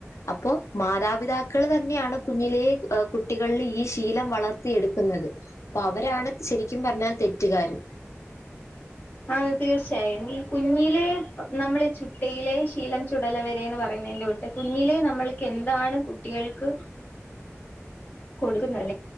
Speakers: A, on the left (about 80°); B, on the left (about 35°).
A: അപ്പൊ മാതാപിതാക്കള് തന്നെയാണ് കുഞ്ഞിലെ കുട്ടികളിൽ ഈ ശീലം വളർത്തിയ എടുക്കുന്നത് അപ്പൊ അവരാണ് ശരിക്കും പറഞ്ഞാൽ തെറ്റുകാര്
B: ആ തീർച്ചയായും ഈ കുഞ്ഞിലേ നമ്മൾ ഈ ചുട്ടയിലെ ശീലം ചുടലവരെന്ന് പറയുന്നതിന്റെ കുട്ട് കുഞ്ഞിലെ നമ്മൾക്ക് എന്താണ് കുട്ടികൾക്ക് കൊടുക്കുന്നല്ലേ